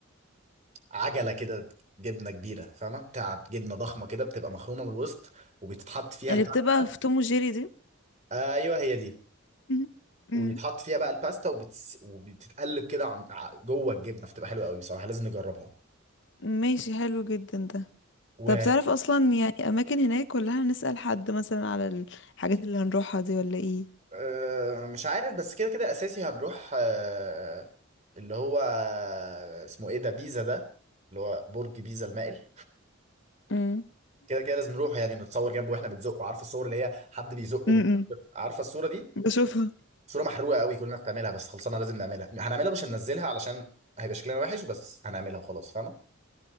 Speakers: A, on the right (about 35°); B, on the left (about 60°).
A: عجله كده جبنه كبيره فاهمه بتاعت جبنه ضخمه كده بتبقى مخرومه من الوسط وبيتحط فيها
B: اللي
A: الباستا
B: بتبقى في توم وجيري دي
A: ايوه هي دي
B: مم.
A: وبيتحط
B: مم.
A: فيها بقى الباستا وبتس... وبتتقلب كده عن... ع- جوه الجبنه فتبقى حلوه قوي بصراحه لازم نجربها
B: ماشي حلو جدا ده
A: و
B: طب تعرف اصلا يعني اماكن هناك ولا هنسأل حد مثلا على الحاجات اللي هنروحها دي ولا ايه
A: أه مش عارف بس كده كده اساسي هنروح أه اللي هو اسمه ايه ده بيزا ده اللي هو برج بيزا المائل
B: مم.
A: كده كده لازم نروح يعني نتصور جنبه واحنا بنزقه عارفه الصور اللي هي حد بيزق
B: امم
A: البرج عارفه الصوره دي
B: بشوفها
A: صوره محروقه قوي كلنا بتعملها بس خلصنا لازم نعملها هنعملها مش هننزلها علشان هيبقى شكلنا وحش بس هنعملها وخلاص فاهمه